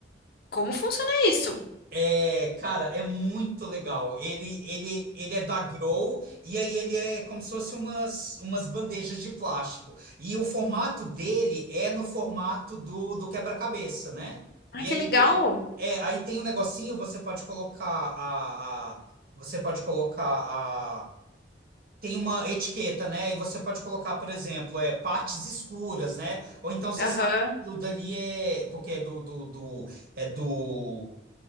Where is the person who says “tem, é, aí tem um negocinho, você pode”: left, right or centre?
Right